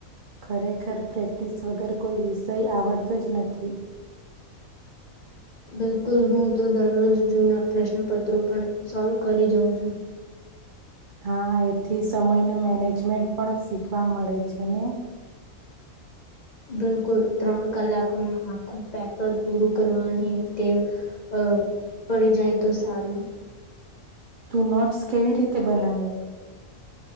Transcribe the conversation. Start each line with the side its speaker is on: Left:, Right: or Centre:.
Right: ખરેખર પ્રેક્ટિસ વગર કોઈ વિષય આવડતો જ નથી
Left: બિલકુલ હું તો દરરોજ જૂના પ્રશ્નપત્રો પણ સોલ કરી જાઉં છું
Right: હા એથી સમયનું મેનેજમેન્ટ પણ શીખવા મળે છે ને
Left: બિલકુલ ત્રણ કલાકમાં આખું પેપર પૂરું કરવાની ટેવ અ પડી જાય તો સારું
Right: તું નોટ્સ કેવી રીતે બનાવે